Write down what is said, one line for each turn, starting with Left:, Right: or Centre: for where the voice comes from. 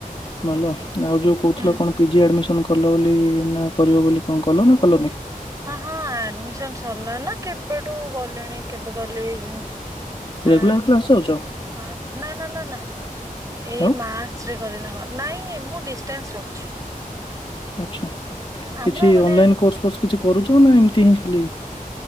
Left: ଭଲା ଆଉ ଯୋଉ କହୁଥିଲ।
Right: ହୁଁ।
Left: କଣ ପିଜି ଆଡମିସନ କ କଲ ବୋଲି ନା କରିବ ବୋଲି କଣ କଲ ନା କଲନି?
Right: ହଁ ହଁ ଆଡମିସନ ସରିଲାଣି ନା କେବେଠୁ କଲିଣି। କେବେ କଲି ଜୁ
Left: ରେଗୁଲାର
Right: ଆ
Left: କ୍ଲାସ ଯାଉଛ?
Right: ଅଁ ନା ନା ନା ନା ଏଇ
Left: ଆଉ
Right: ମାର୍ଚ୍ଚ ରେ କରିଲି ହଁ ନାଇଁ ମୁଁ ଡିଷ୍ଟାନ୍ସ କରୁଛି
Left: ଆଛା କିଛି
Right: ଆମର ମାନେ
Left: ଅନଲାଇନ କୋର୍ସ ଫୋର୍ସ କିଛି କରୁଚ? ନା ଏମିତି ହିଁ ଖାଲି